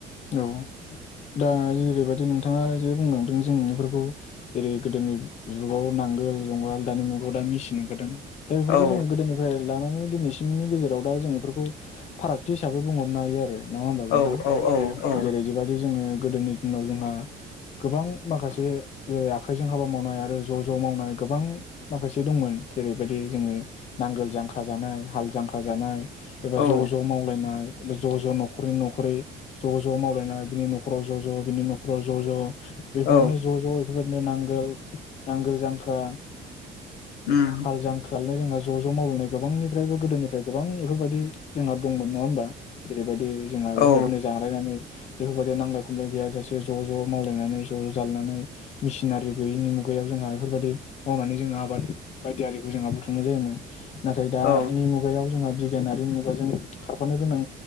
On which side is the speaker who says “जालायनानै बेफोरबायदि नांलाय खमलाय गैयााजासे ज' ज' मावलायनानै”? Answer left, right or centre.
Left